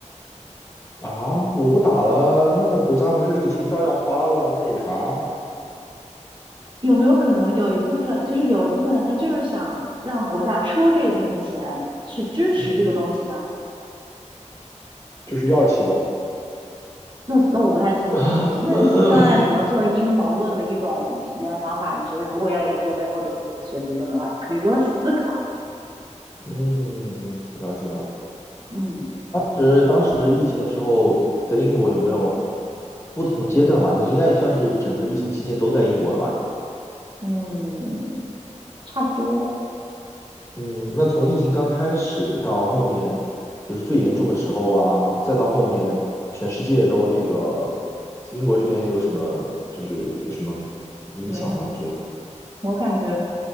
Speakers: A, on the left; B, on the right.
A: 啊，我不打了，那国家不是这个钱照样花了，那有啥？
B: 有没有可能有一部分，就是有一部分人他就是想让国家出这一部分钱去支持这个东西呢？
A: 嗯，就是药企喽。
B: 那那我不太清楚啊，
A: <coughs>
B: 只那当然只能作为阴谋论的一种体验方法。你觉得如果要研究背后的经济学理论的话，你可以多思考。
A: 嗯，了解了。
B: 嗯
A: 是当时疫情的时候，在英国有没有不同阶段吧？你应该也算是整个疫情期间都在英国了吧？
B: 嗯，差不多，
A: 嗯，那从疫情刚开始到后面，就是最严重的时候啊，再到后面全世界都那个，英国这边有什么就是有什么影响吗？
B: 没什么。
A: 你觉得？
B: 我感觉